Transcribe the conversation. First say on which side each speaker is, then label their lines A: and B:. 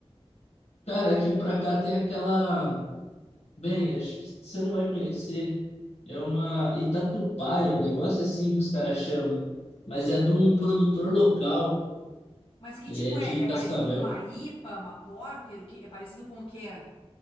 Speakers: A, on the left (about 75°); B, on the left (about 55°).
A: Cara, aqui pra cá tem aquela. Bem, acho que você não vai conhecer. É uma Itatupaia, um negócio assim que os caras chamam. Mas é de um produtor local.
B: Mas que
A: Ele
B: tipo
A: é de
B: é? É
A: Cascavel,
B: parecido com uma IPA, uma Porter, o que? É parecido com o quê?